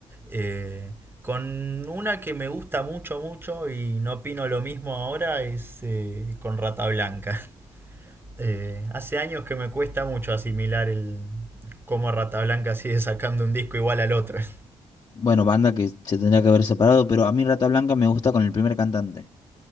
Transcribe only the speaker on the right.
Eh, con una que me gusta mucho, mucho y no opino lo mismo ahora es eh, con Rata Blanca. <laughs> Eh, hace años que me cuesta mucho asimilar el cómo Rata Blanca sigue sacando un disco igual al otro. <laughs>